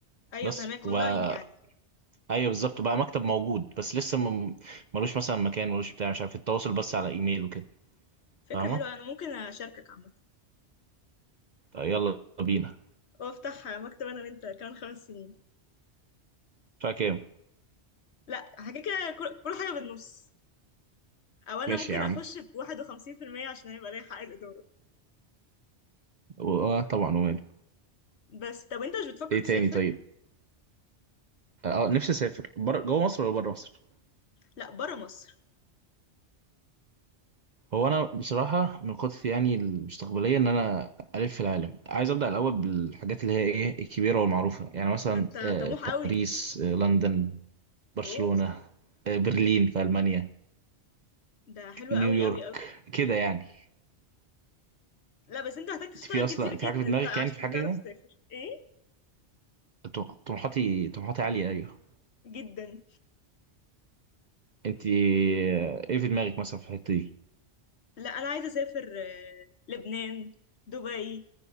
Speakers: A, on the left; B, on the right.
A: ايوه
B: بس
A: فهماك
B: وبقى
A: اونلاين يعني
B: ايوه بالظبط بقى مكتب موجود بس لسه م- ملوش مثلا مكان ملوش بتاع مش عارف التواصل بس على ايميل وكده
A: فكره
B: فاهمه
A: حلوه انا ممكن اشاركك عامه
B: يلا بينا
A: وافتح مكتب انا وانت كمان خمس سنين
B: فاكر
A: لا حاجه كده كل كل حاجه بالنص او انا
B: ماشي
A: ممكن
B: يا عم
A: اخش بواحد وخمسين في المية عشان يبقى ليا حق الاداره
B: و- اه طبعا وماله
A: بس طب انت مش بتفكر
B: ايه
A: تسافر
B: تاني طيب اه نفسي اسافر بره جوه مصر ولا بره مصر
A: لا برا مصر
B: هو انا بصراحه من خططي يعني المستقبليه ان انا الف في العالم عايز ابدا الاول بالحاجات اللي هي ايه الكبيره والمعروفه يعني مثلا
A: ده انت
B: آه
A: طموح قوي
B: باريس آه لندن برشلونه
A: اوه
B: آه برلين في المانيا
A: ده حلو
B: نيويورك
A: قوي قوي قوي.
B: كده يعني
A: لا بس انت هتحتاج تشتغل
B: انت في اصلا
A: كتير جدا
B: في حاجه في دماغك
A: بقى
B: يعني
A: عشان
B: في حاجه
A: تعرف
B: كده؟
A: تسافر ايه
B: طم- طموحاتي طموحاتي عاليه ايوه
A: جدا
B: انت آه، ايه في دماغك مثلا في الحته دي
A: لا انا عايزه اسافر آه، لبنان دبي